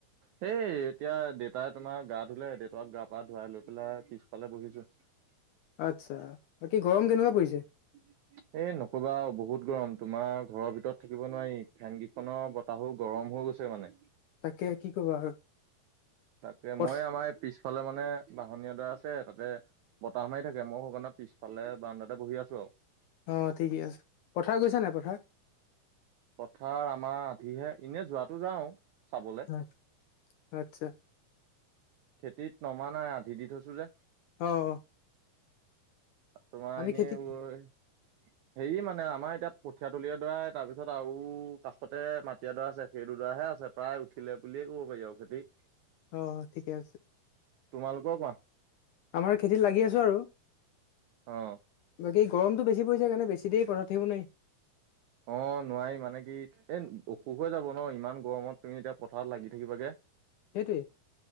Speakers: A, on the right (about 80°); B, on the left (about 75°).
A: সেই এতিয়া দেউতাই তোমাৰ গা ধুলে দেউতাক গা পা ধুৱাই লৈ পেলাই পিছফালে বহিছোঁ। <unintelligible>
B: আচ্ছা, 'বাকী গৰম কেনেকুৱা পৰিছে?
A: <unintelligible> এই নকবা বহুত গৰম তোমাৰ ঘৰৰ ভিতৰত থাকিব নোৱাৰি ফেন কেইখনৰ বতাহো গৰম হৈ গৈছে। মানে
B: তাকে কি কবা আৰু
A: তাকে
B: পথ
A: মই আমাৰ পিছ ফালে মানে বাহনী এডৰা আছে তাতে বতাহ মাৰি থাকে মইয়ো সেইকাৰণে পিছফালে বাৰণ্ডাতে বহি আছোঁ আৰু।
B: অ ঠিকে আছে পথাৰ গৈছা নাই পথাৰ?
A: পথাৰ আমাৰ আধিহে এনে যোৱাটো যাওঁ চাবলে।
B: হয় আচ্ছা।
A: খেতিত নমা নাই আধি দি থৈছোঁ যে।
B: অঁ।
A: তোমাৰ এনেই
B: খেতিত
A: বয় হেৰি মানে আমাৰ এতিয়া কঠিয়া তলিয়া দৰা তাৰপিছত তাৰ পিছত আৰু কাষতে মাটিএডৰা আছে সেই দো ডৰা হে আছে প্ৰায় উঠিলে বুলিয়ে ক'ব পাৰি আৰু খেতি।
B: অ ঠিকে আছে।
A: তোমালোকৰ কোৱা?
B: আমাৰ খেতিত লাগি আছোঁ আৰু।
A: অ
B: বাকী গৰমত বেছি পৰিছে কাৰণে বেছি দেৰি পথাত থাকিব নোৱাৰি।
A: অ নোৱাৰি মানে কি এ অসুখ হৈ যাব ন ইমান গৰমত তুমি এতিয়া পথাৰত লাগি থাকিবাগে।
B: সেইটোৱে